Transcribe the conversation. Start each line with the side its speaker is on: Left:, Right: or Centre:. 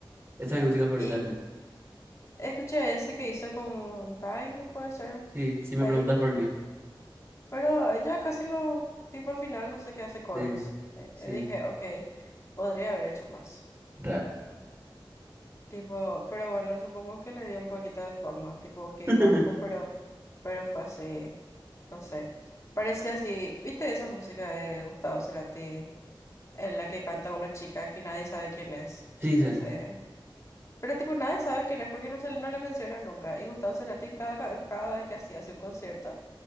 Right: Esa es mi música favorita.
Left: Y
Right: de él.
Left: Escuché ese que hizo con Tiny, puede ser,
Right: Sí, si me
Left: Faith,
Right: preguntas por mí.
Left: pero ella casi no, tipo al final no sé qué hace coros.
Right: Sí,
Left: Eh,
Right: sí.
Left: eh, dije, ok, podría haber hecho más.
Right: Ra.
Left: Tipo, pero bueno, supongo que le dio un poquito de fama, tipo, ok,
Right: <laughs>
Left: banco, pero, pero fue así, no sé. Parecía así, ¿viste esa música de Gustavo Cerati en la que canta una chica que nadie sabe quién es?
Right: Sí, sé.
Left: Ese. Pero tipo nadie sabe quién es porque no, se, le- no le mencionan nunca. Y Gustavo Cerati en cada, ca- cada vez que hacía hacía un concierto